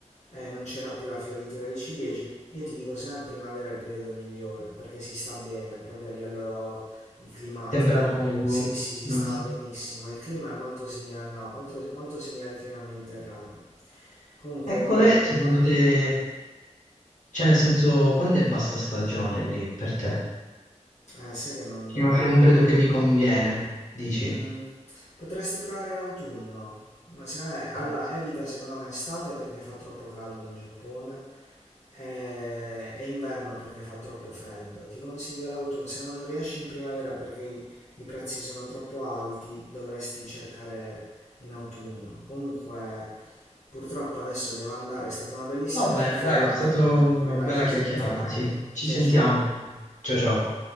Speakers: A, on the left (about 65°); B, on the left (about 80°).
A: e non c'era più la fioritura dei ciliegi. Io ti dico sempre primavera è il periodo migliore perché si sta bene proprio a livello di climatico.
B: temperature pure.
A: Sì, sì, si
B: Mm.
A: stava benissimo. Il clima è molto simile al no, molto, molto simile al clima mediterraneo. Comunque
B: E qual
A: lì hai,
B: è
A: eh,
B: secondo te,
A: dimmi,
B: cioè nel senso, quando è bassa stagione lì per te?
A: eh, sai che non,
B: Quindi
A: non
B: magari
A: ne ho proprio.
B: un periodo che mi conviene, dici.
A: Mm, potresti provare l'autunno. Ma secondo me, allora,
B: Oh.
A: evita secondo me estate perché fa troppo caldo in Giappone e, e inverno perché fa troppo freddo. Ti consiglio l'autunno. Se non riesci in primavera perché i, i prezzi sono troppo alti, dovresti cercare in autunno. Comunque, purtroppo adesso devo andare. È stata una bellissima
B: Va bene,
A: chiacchierata.
B: dai, è stata
A: Comunque,
B: una
A: dai,
B: bella
A: ci
B: chiacchierata,
A: sentiamo.
B: sì. Ci
A: Ciao
B: sentiamo.
A: ciao.
B: Ciao ciao.